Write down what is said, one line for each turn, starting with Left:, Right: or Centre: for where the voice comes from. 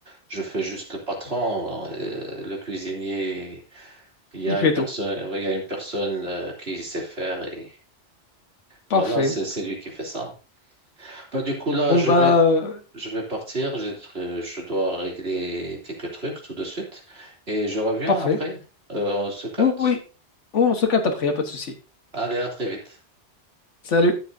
Right: je fais juste le patron, euh, le cuisinier. Il y
Left: Il
Right: a
Left: fait
Right: une personne,
Left: tout.
Right: ouais, il y a une personne euh, qui sait faire et
Left: Parfait.
Right: voilà, c'est c'est lui qui fait ça. Ben, du coup là,
Left: Bon,
Right: je
Left: bah,
Right: vais,
Left: euh,
Right: je vais partir. J'ai, des trucs- je dois régler quelques trucs tout de suite et je reviens
Left: parfait.
Right: après. Euh, on se capte.
Left: Oui, oui. On se capte après, y a pas de souci.
Right: Allez, à très vite.
Left: Salut.